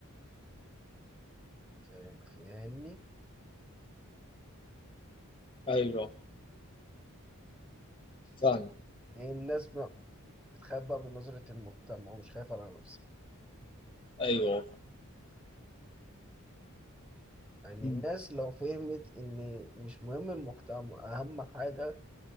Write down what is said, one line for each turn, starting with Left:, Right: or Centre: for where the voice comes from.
Centre: فا- فاهمني؟
Left: ايوه فاهم
Centre: ف- يعني الناس بقى بتخاف بقى من نظرة المجتمع ومش خايفة على نفسها
Left: ايوه
Centre: يعني
Left: فاهم
Centre: الناس لو فهمت إن مش مهم المجتمع أهم حاجة